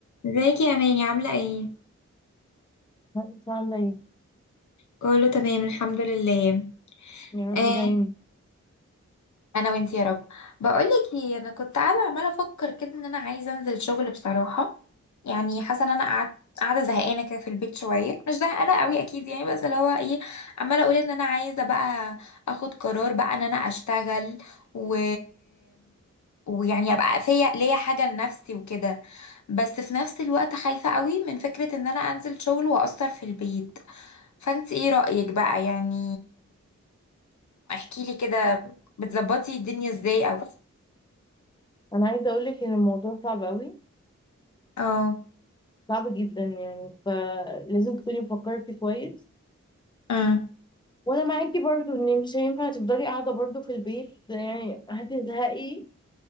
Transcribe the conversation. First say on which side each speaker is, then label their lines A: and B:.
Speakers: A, on the left; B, on the left.
A: ازيك يا اماني عامله ايه
B: انت عامله ايه
A: كله تمام الحمد لله
B: يا رب
A: آه،
B: دايما
A: انا وانتي يا رب بقولك ايه انا كنت قاعده عماله افكر كده ان انا عايزه انزل شغل بصراحه يعني حاسه ان انا قعدت قاعده زهقانه كده في البيت شويه مش زهقانه قوي اكيد يعني بس اللي هو ايه عماله اقول ان انا عايزه بقى اخد قرار بقى ان انا اشتغل و ويعني ابقى فيا ليا حاجه لنفسي وكده بس في نفس الوقت خايفه قوي من فكره ان انا انزل شغل واثر في البيت فانت ايه رايك بقى يعني احكي لي كده بتظبطي الدنيا ازاي او
B: انا عايزه اقول لك ان الموضوع صعب قوي
A: اه
B: صعب جدا يعني فلازم تكوني مفكره فيه كويس
A: اه
B: وانا معاكي برضو ان مش هينفع تفضلي قاعده برضو في البيت يعني هتزهقي